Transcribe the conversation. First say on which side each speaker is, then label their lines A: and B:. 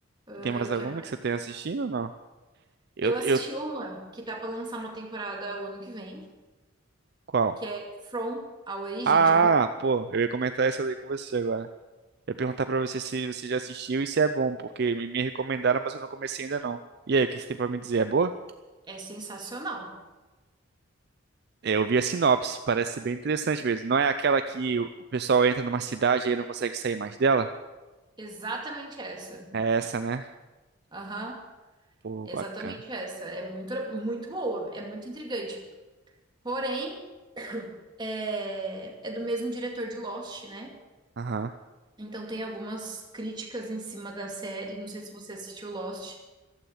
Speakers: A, on the right; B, on the right.
A: Ah,
B: Tem mais
A: O que
B: alguma
A: mais?
B: que você tenha assistindo ou não? Eu,
A: Eu assisti
B: eu...
A: uma que tá pra lançar uma temporada o ano que vem,
B: Qual?
A: que é From a Origem,
B: Ah,
A: já ouvi-
B: pô, eu ia comentar essa daí com você agora. Eu ia perguntar pra você se você já assistiu e se é bom, porque me, me recomendaram, mas eu não comecei ainda não. E aí, o que você tem pra me dizer? É boa?
A: é sensacional.
B: É, Eu vi a sinopse, parece ser bem interessante mesmo. Não é aquela que o pessoal entra numa cidade e aí não consegue sair mais dela?
A: Exatamente essa.
B: É essa, né?
A: Aham.
B: Pô,
A: É
B: bacana.
A: Exatamente essa. É muito, muito boa, é muito intrigante. Porém, <coughs> é, é do mesmo diretor de Lost, né?
B: Aham.
A: Então tem algumas críticas em cima da série. Não sei se você assistiu Lost.